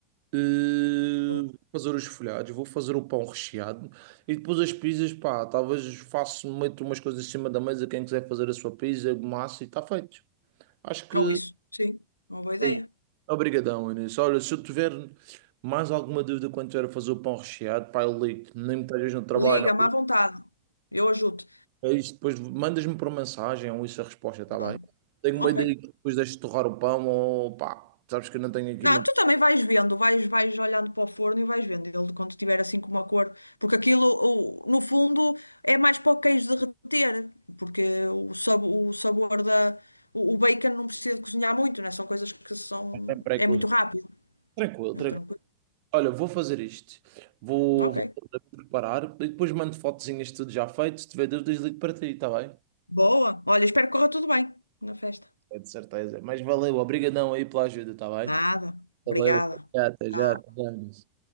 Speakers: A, on the right; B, on the left.
A: Eh,
B: Ou,
A: vou fazer os folhados, vou fazer o pão recheado e depois as pizzas, pá, talvez faço, meto umas coisas em cima da mesa, quem quiser fazer a sua pizza, massa e está feito. Acho que
B: ou isso, sim, uma boa ideia.
A: é isso. Obrigadão, Inês. Olha, se eu tiver mais alguma dúvida quando tiver a fazer o pão recheado, pá, eu ligo nem me estejas no trabalho.
B: Liga-me à vontade. Eu ajudo.
A: É isso, depois mandas-me por mensagem ou isso a resposta, está bem?
B: Ah,
A: Tenho
B: ok.
A: uma ideia que depois deixo torrar o pão ou pá, sabes que eu não tenho aqui
B: Não,
A: muito
B: tu também vais vendo, vais, vais olhando para o forno e vais vendo ele quando tiver assim com uma cor, porque aquilo, o- no fundo, é mais para o queijo derreter, porque o, sab- o sabor da. O, o bacon não precisa de cozinhar muito, né? São coisas que são.
A: tempo para
B: É
A: cozinhar.
B: muito rápido,
A: Tranquilo,
B: é
A: tranquilo.
B: tranquilo.
A: Olha, vou fazer isto. Vou,
B: Ok.
A: vou preparar e depois mando fotozinhas de tudo já feito. Se tiver dúvidas, ligo para ti, está bem?
B: Boa. Olha, espero que corra tudo bem na festa.
A: É de certeza. Mas valeu, obrigadão aí pela ajuda, está bem?
B: Nada. Obrigada.
A: Valeu, até já, até
B: Tchau.
A: já. até já,